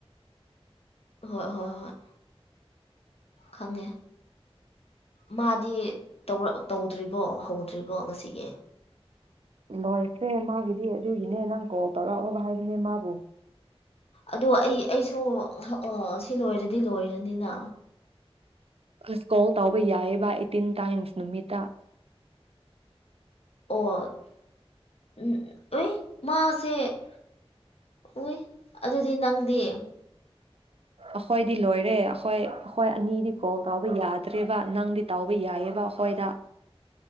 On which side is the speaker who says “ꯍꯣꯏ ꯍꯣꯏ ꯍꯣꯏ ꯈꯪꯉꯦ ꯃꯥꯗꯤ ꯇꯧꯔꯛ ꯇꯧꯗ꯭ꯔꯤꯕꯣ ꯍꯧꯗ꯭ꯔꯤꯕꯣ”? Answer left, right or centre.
Left